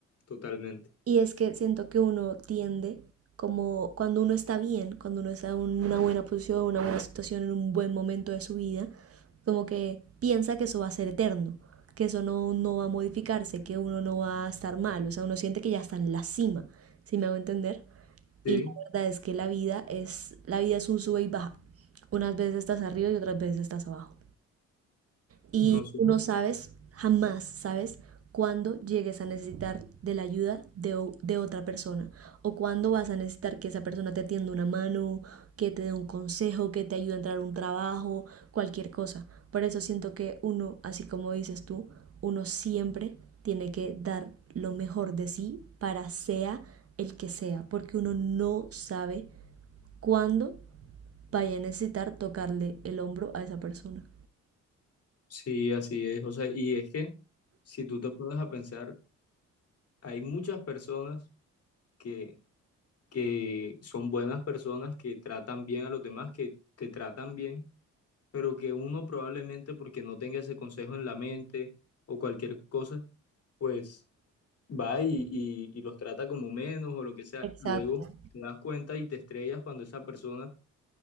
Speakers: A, on the left; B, on the right.
A: totalmente.
B: Y es que siento que uno tiende, como cuando uno está bien, cuando uno está en una buena posición, una buena situación, en un buen momento de su vida, como que piensa que eso va a ser eterno, que eso no, no va a modificarse, que uno no va a estar mal, o sea, uno siente que ya está en la cima, si me hago entender.
A: Sí,
B: Y la verdad es que la vida es, la vida es un sube y baja. Unas veces estás arriba y otras veces estás abajo. Y
A: no sé.
B: tú no sabes, jamás sabes, cuándo llegues a necesitar de la ayuda de, o- de otra persona o cuándo vas a necesitar que esa persona te tienda una mano, que te dé un consejo, que te ayude a entrar a un trabajo, cualquier cosa. Por eso siento que uno, así como dices tú, uno siempre tiene que dar lo mejor de sí para sea el que sea, porque uno no sabe cuándo vaya a necesitar tocarle el hombro a esa persona.
A: Sí, así es. O sea, y es que si tú te pones a pensar, hay muchas personas que, que son buenas personas, que tratan bien a los demás, que te tratan bien. pero que uno probablemente porque no tenga ese consejo en la mente o cualquier cosa, pues va y, y- y los trata como menos o lo que sea.
B: Exacto.
A: Luego te das cuenta y te estrellas cuando esa persona